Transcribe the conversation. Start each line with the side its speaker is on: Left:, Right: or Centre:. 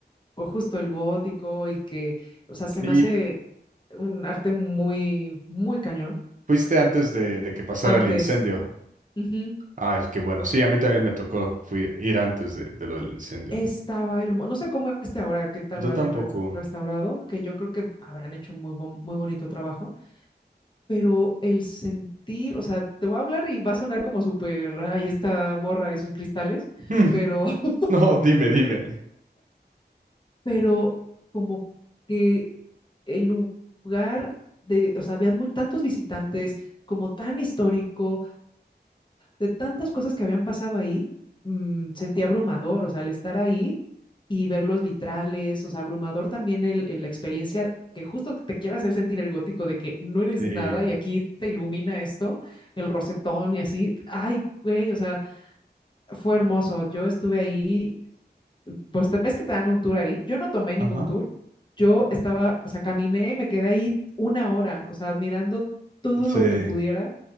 Left: o justo el gótico y que, o sea, se
Right: Y
Left: me hace un arte muy, muy cañón.
Right: fuiste antes de, de que pasara
Left: Antes,
Right: el incendio.
Left: ujú,
Right: Ah, es que bueno, sí, a mí también me tocó fui, ir antes de, de lo del incendio.
Left: estaba hermoso. No sé cómo este ahora, qué tal
Right: Yo
Left: lo hayan
Right: tampoco.
Left: res- restaurado, que yo creo que habrán hecho muy, bon- muy bonito trabajo, pero el sentir, o sea, te voy a hablar y va a sonar como súper, ay, esta morra y sus cristales,
Right: Mm,
Left: pero,
Right: <laughs>
Left: <laughs>
Right: No, dime, dime.
Left: pero como que el lugar de, o sea, había muy, tantos visitantes, como tan histórico de tantas cosas que habían pasado ahí, mm, sentí abrumador, o sea, el estar ahí y ver los vitrales, o sea, abrumador también el, el- la experiencia que justo te quiere hacer sentir el gótico de que no eres
Right: Sí.
Left: nada y aquí te ilumina esto, el rosetón y así. Ay, güey, o sea, fue hermoso. Yo estuve ahí, pues te- ves que te dan un tour ahí. Yo no tomé ningún
Right: Ajá.
Left: tour. Yo estaba, o sea, caminé, me quedé ahí una hora, o sea, admirando todo
Right: Sí.
Left: lo que pudiera